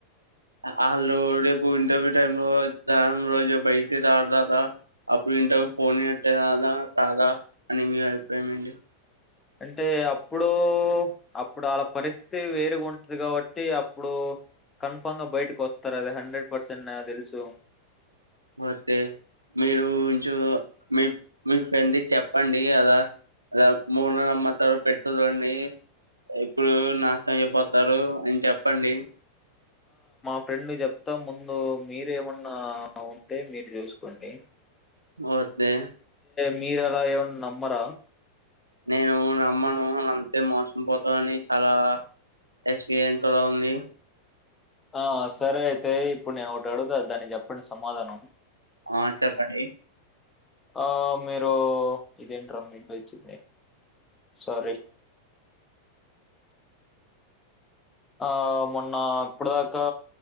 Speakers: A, on the right (about 85°); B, on the left (about 15°).
A: వాళ్ళు రేపు ఇంటర్వ్యూ టైమ్ లో గ్రహణం రోజు బయట రారు కదా అప్పుడు ఇంటర్వ్యూ ఫోన్ పెట్టదా రాదా అని మీ అభిప్రాయం ఏంటి
B: అంటే అప్పుడు అప్పుడు వాళ్ళ పరిస్థితి వేరుగా ఉంటది కాబట్టి అప్పుడు కన్ఫామ్ గా బయటకి వస్తారు అది హండ్రెడ్ పర్సెంట్ నాకి తెలుసు
A: ఓతే మీరు ఇంచ మీ మీ ఫ్రెం చెప్పండి అలా అలా మూడు నమ్మకాలు పెట్టదండి ఇప్పుడు నాశనం అయిపోతారు అని చెప్పండి
B: ఫ్రెండ్ చెప్తా ముందు మీరేమన్నా ఉంటే మీరు చూసుకోండి
A: ఓకే
B: మీరలా ఏవన్న నమ్మరా
A: నేను నమ్మను అంతే మోసం పోతానని చాలా ఎక్స్పీరియన్స్ కూడా ఉంది
B: ఆ సరే అయితే ఇప్పుడు నేను ఒకటి అడుగుతా దాన్ని చెప్పండి సమాధానం
A: ఆ చెప్పండి
B: ఆ మీరు ఇదేంటరా మిడ్ వెజ్ ఇది సారీ ఆ మొన్న ఇప్పుడు దాకా